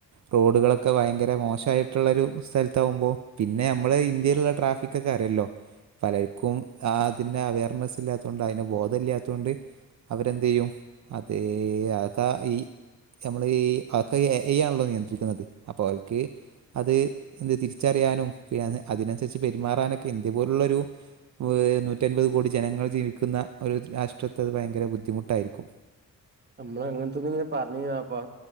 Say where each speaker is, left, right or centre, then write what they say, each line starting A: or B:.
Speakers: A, on the right (about 60°); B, on the right (about 30°).
A: റോഡുകളൊക്കെ ഭയങ്കര മോശയിട്ട്ള്ളൊരു സ്ഥലത്തവുമ്പോ പിന്നെ നമ്മള് ഇന്ത്യയിലുള്ള ട്രാഫിക് കക്കാറിയല്ലോ പലർക്കും ആതിന്റെ അവയർനെസ് ഇല്ലാത്തൊണ്ട് അയിനെ ബോധം ഇല്ലാത്തൊണ്ട് അവരെന്തെയ്യും അതേ ആക ഈ ഞമ്മള് ഈ അക്കെ എഇഐആണല്ലോ നിയന്ത്രിക്കുന്നത് അപ്പൊ അവര്ക്ക് അത് ന്ത് തിരിച്ചറിയാനും പിന്നെ അതിനന്സരിച്ച് പെരുമാറാനൊക്കെ ഇത്പോലുള്ളൊരു ഓ നൂറ്റൻപത് കോടി ജനങ്ങൾ ജീവിക്കുന്ന ഒരു രാഷ്ട്രത്ത്അത് ഭയങ്കര ബുദ്ധിമുട്ടായിരിക്കും
B: നമ്മള് അങ്ങനെത്തെത് പറഞ്ഞിനി അപ്പ